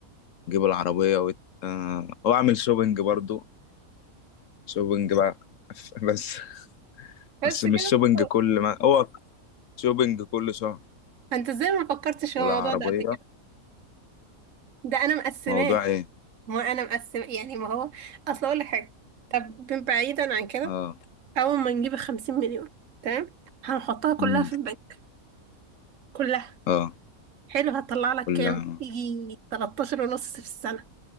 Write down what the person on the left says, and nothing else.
اجيب العربية و... آه... واعمل شوبينج برضو شوبينج بقى <laughs> بس
بس مش
شوبينج
كل ما هو شوبينج كل شهر
والعربية
موضوع ايه
اه
امم
اه
كلها